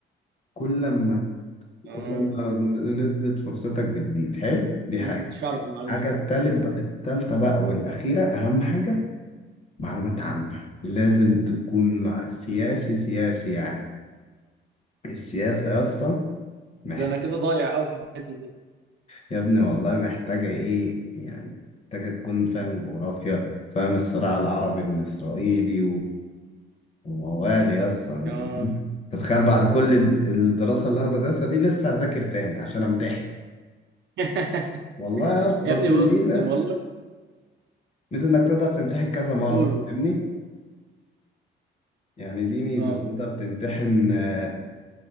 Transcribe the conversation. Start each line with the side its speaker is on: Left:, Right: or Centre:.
Left: كل ما
Right: آه.
Left: كل ما نسبة فرصتك بتزيد حلو دي حاجة
Right: انا ما كنتش اعرف المعلومه
Left: حاجة
Right: دي
Left: التالت بقى- التالتة بقى والأخيرة أهم حاجة معلومات عامة لازم تكون مع سياسي سياسي يعني السياسة يا اسطى محت...
Right: ده انا كده ضايع قوي في الحته دي
Left: يا ابني والله محتاجة إيه يعني محتاجة تكون فاهم جغرافيا فاهم الصراع العربي الإسرائيلي موال يا اسطى
Right: آه.
Left: تتخيل بعد كل الد- الدراسة اللي انا بدرسها دي لسه هذاكر تاني عشان امتحن
Right: <laughs>
Left: والله يا اسطى
Right: يا
Left: بس
Right: ابني
Left: الميزة
Right: بص ده والله
Left: ميزة انك تقدر تمتحن كذا مرة
Right: قول قول
Left: فاهمني يعني دي ميزة
Right: اه
Left: تقدر تمتحن آه،